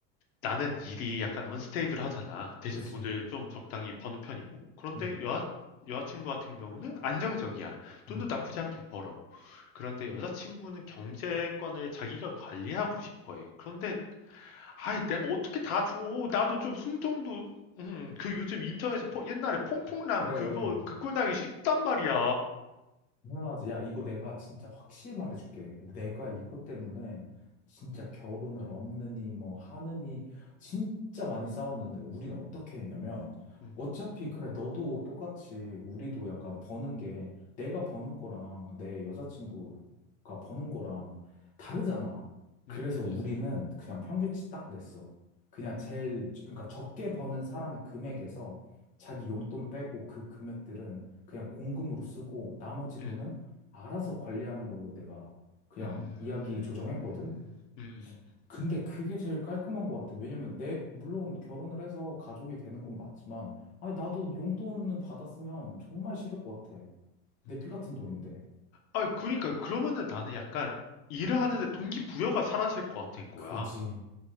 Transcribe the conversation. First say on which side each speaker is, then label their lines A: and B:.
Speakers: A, on the left; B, on the left.
A: 나는 일이 약간 언스테이블하잖아. 대신
B: 그치.
A: 돈을 좀 적당히 버는 편이고. 그런데
B: 응,
A: 여자, 여자친구 같은 경우는 안정적이야. 돈도
B: 응.
A: 나쁘지 않게 벌어. 그런데 여자친구는 경제권을 자기가 관리하고 싶어 해. 그런데, 아이, 내가 어떻게 다 줘? 나도 좀 숨통도, 음, 그 요즘 인터넷에서 포- 옛날에 퐁퐁남
B: 그래.
A: 그거, 그 꼴 나기 쉽단 말이야.
B: 당연하지. 야, 이거 내가 진짜 확실히 말해줄게. 내가 이것 때문에 진짜 결혼을 없느니 뭐 하느니 진짜 많이 싸웠는데 우린 어떻게 했냐면
A: 음,
B: 어차피 그래 너도 똑같이 우리도 약간 버는 게 내가 버는 거랑 내 여자친구가 버는 거랑 다르잖아. 그래서
A: 음, 음,
B: 우리는
A: 음, 음,
B: 그냥 평균치 딱 냈어. 그냥 제일
A: 음, 음.
B: 저- 그러니까 적게 버는 사람 금액에서 자기
A: 음.
B: 용돈 빼고 그 금액들은 그냥 공금으로 쓰고 나머지 돈은
A: 음.
B: 알아서 관리하는 걸로 내가 그냥
A: 음.
B: 이야기
A: 음음음.
B: 조정했거든.
A: 음. 음, 음.
B: 근데 그게 제일 깔끔한 것 같아. 왜냐면 내, 물론 결혼을 해서 가족이 되는 건 맞지만, 아니, 나도 용돈은 받았으면 정말 싫을 것 같아. 내
A: 음.
B: 피 같은 돈인데.
A: 아 그러니까 그러면은 나는 약간 일을 하는데 동기부여가 사라질 것 같은 거야.
B: 그지.